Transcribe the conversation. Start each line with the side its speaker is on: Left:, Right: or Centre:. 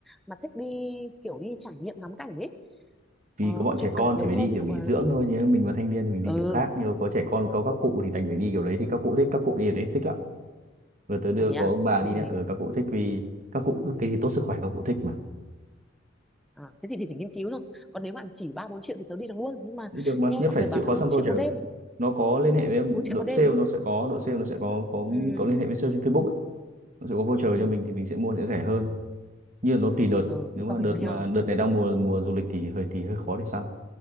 Centre: mà thích đi kiểu đi trải nghiệm ngắm cảnh ấy
Right: vì
Centre: ờ,
Right: có bọn
Centre: chụp
Right: trẻ con
Centre: ảnh nhiều
Right: thì phải
Centre: hơn
Right: đi
Centre: ví
Right: kiểu
Centre: dụ
Right: nghỉ
Centre: là
Right: dưỡng thôi nếu mình mà thanh niên thì mình đi
Centre: ừ
Right: kiểu khác nhưng có trẻ con có các cụ thì đành phải đi kiểu đấy thì các cụ thích các cụ đi ở đấy thích lắm vừa tới đưa
Centre: à thế
Right: có
Centre: à
Right: ông bà
Centre: thế
Right: đi
Centre: thì mình
Right: nữa ở các cụ thích vì các cụ cứ cái gì tốt sức khỏe các cụ thích mà
Centre: à, thế thì, thì phải nghiên cứu thôi còn nếu mà chỉ ba bốn triệu thì tớ đi được luôn nhưng mà
Right: đi được mà
Centre: nghe
Right: nhất
Centre: mọi
Right: phải
Centre: người bảo
Right: chịu khó
Centre: là bốn
Right: săn
Centre: triệu
Right: voucher
Centre: một đêm
Right: nó có liên hệ với em,
Centre: bốn triệu
Right: đội
Centre: một đêm
Right: sale nó sẽ có đội sale nó sẽ có có
Centre: ừ
Right: có liên hệ với sale trên Facebook ấy. nó sẽ có voucher
Centre: ừ
Right: cho mình thì mình sẽ mua sẽ rẻ hơn như là nó tùy đợt
Centre: ừ
Right: nếu
Centre: thế
Right: mà
Centre: có phải
Right: đợt
Centre: hay
Right: mà
Centre: không
Right: đợt này đang mùa mùa du lịch thì hơi thì hơi khó để săn